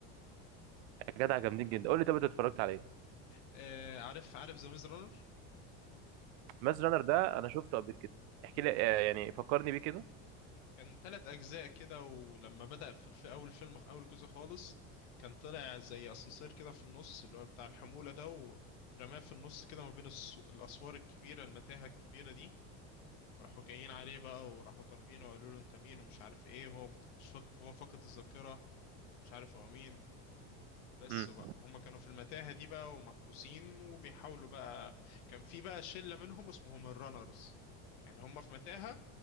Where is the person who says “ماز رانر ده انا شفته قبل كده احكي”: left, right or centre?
Right